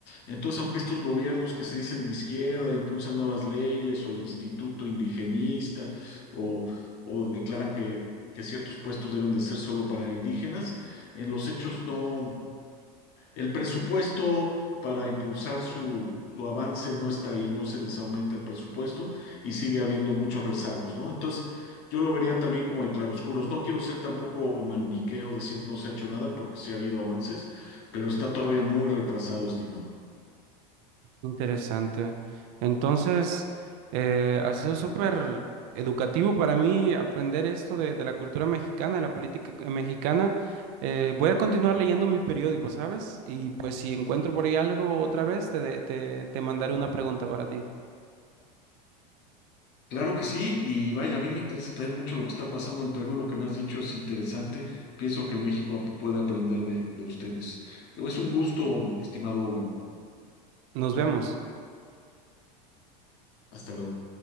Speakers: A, on the left; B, on the right.
A: Entonces, aunque estos gobiernos que se dicen de izquierda impulsan nuevas leyes o el Instituto Indigenista o, o declaran que, que ciertos puestos deben de ser solo para indígenas, en los hechos no. El presupuesto para impulsar su, su avance no está ahí, no se les aumenta el presupuesto y sigue habiendo muchos rezagos, ¿no? Entonces, yo lo vería también como de claroscuros. No quiero ser tampoco maniqueo, decir no se ha hecho nada porque sí ha habido avances, pero está todavía muy retrasado, estimado.
B: Interesante. Entonces, eh, ha sido súper educativo para mí aprender esto de, de la cultura mexicana, de la política eh, mexicana. Eh, voy a continuar leyendo mi periódico, ¿sabes? Y pues si encuentro por ahí algo otra vez, te, de- te te mandaré una pregunta para ti.
A: Claro que sí, y vaya, a mí me interesa también mucho lo que está pasando en Perú, lo que me has dicho es interesante, pienso que México puede aprender de, de ustedes. Es un gusto, estimado Owen.
B: Nos vemos.
A: Hasta luego.